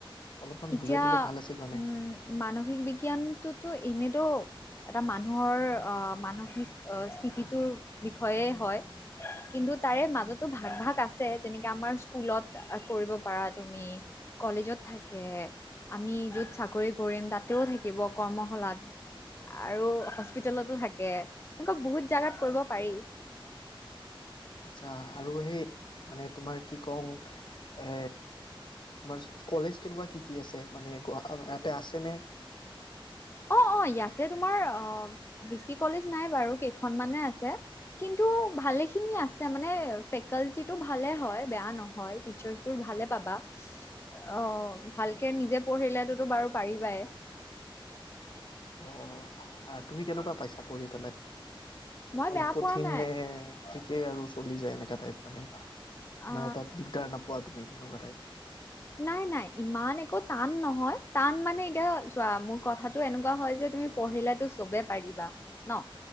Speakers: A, on the left; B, on the left.
A: অলপমান
B: এতিয়া
A: বুজাই দিলে ভাল আছিল মানে।
B: উম মানসিক বিজ্ঞানটোতো এনেতো এটা মানুহৰ আহ মানসিক স্থিতিটোৰ বিষয়ে হয়। কিন্তু তাৰে মাজতো ভাগ-ভাগ আছে যেনেকে আমাৰ স্কুলত কৰিব পাৰা তুমি। কলেজত থাকে আমি যত চাকৰি কৰিম তাতেও থাকিব কৰ্মশালাত। আৰু হস্পিতেলতো থাকে এনেকুৱা বহুত জেগাত কৰিব পাৰি।
A: আচ্ছা আৰু সেই মানে তোমাৰ কি কওঁ? এ, তোমাৰ কলেজ কেনেকুৱা কি কি আছে মানে ইয়াতে আছেনে?
B: অ-অ ইয়াতে তোমাৰ অ, বেছি কলেজ নাই বাৰু কেইখনমানাহে আছে। কিন্তু ভালেখিনি আছে। মানে ফেকালটিটো ভালে হয় বেয়া নহয় টিচাৰ্চবোৰ ভালে পাবা। অ ভালকে নিজে পঢ়িলেতোতো বাৰু পাৰিবাই।
A: অ তুমি কেনেকুৱা পাইছা পঢ়ি পেলাই।
B: মই
A: অলপ
B: বেয়া
A: কঠিন
B: পোৱা নাই
A: নে ঠিকেই আৰু চলি যায় এনেককা টাইপ মানে। ইমান
B: অ
A: এতা দিগদাৰ নাপোৱা তুমি এনেকুৱা টাইপ।
B: নাই নাই ইমান একো টান নহয় টান মানে এতিয়া চোৱা মোৰ কথাটো এনেকুৱা হয় যে তুমি পঢ়িলেতো চবে পাৰিবা ন